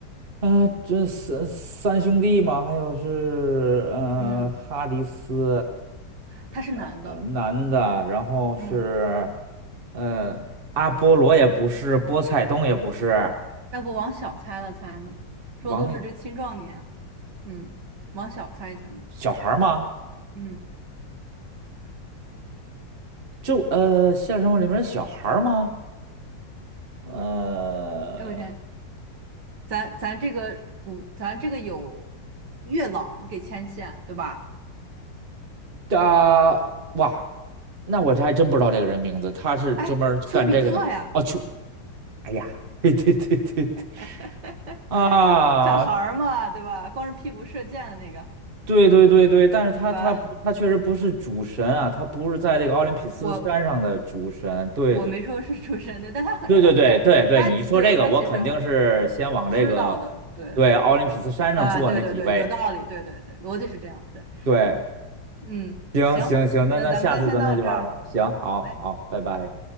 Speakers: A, on the right; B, on the right.
A: 啊、这三三兄弟嘛，还有是呃哈迪斯，
B: 嗯，他是男的，
A: 呃男的，然后是
B: 嗯，
A: 呃阿波罗也不是，波塞冬也不是，
B: 要不往小猜了猜呢？说都是这个青壮年，
A: 王
B: 嗯，往小猜一猜，
A: 小孩儿吗？
B: 嗯，
A: 就呃《现实生活》里面的小孩儿吗？呃。
B: 哎我天，咱咱这个古，咱这个有月老给牵线，对吧？
A: 啊，哇，那我这还真不知道这个人名字，他是专门干这个的吗？
B: 哎，丘比特呀。
A: 哦，去，哎呀，对对对对对，
B: <laughs>
A: 啊，
B: 小孩儿嘛，对吧？光着屁股射箭的那个，
A: 对对对对，但是他他不他确实不是主神啊，
B: 是吧？
A: 他不是在这个奥林匹斯山上的主神，
B: 我
A: 对对
B: 我没说是主持人对，但他很常见，
A: 对对对对对，
B: 他对他其实很嗯知道的，
A: 你说这个，我肯定是先往这个
B: 对
A: 对奥林匹斯山上坐那几位，
B: 啊，对对对，有道理，对对对，逻辑是这样，对，
A: 对，
B: 嗯，
A: 行行行，
B: 行，那咱们今天先到这儿，
A: 那那下次咱再去玩儿吧，行，
B: 好嘞。
A: 好好，拜拜。